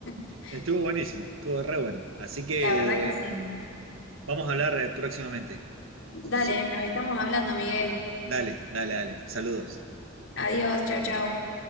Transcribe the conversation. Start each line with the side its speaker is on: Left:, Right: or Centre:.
Left: <laughs>
Right: Estuvo buenísimo, estuvo re bueno. Así que
Left: La verdad que sí.
Right: vamos a hablar eh, próximamente.
Left: Dale,
Right: Su-
Left: nos estamos hablando, Miguel.
Right: dale, dale, dale. Saludos.
Left: Adiós, chao, chao.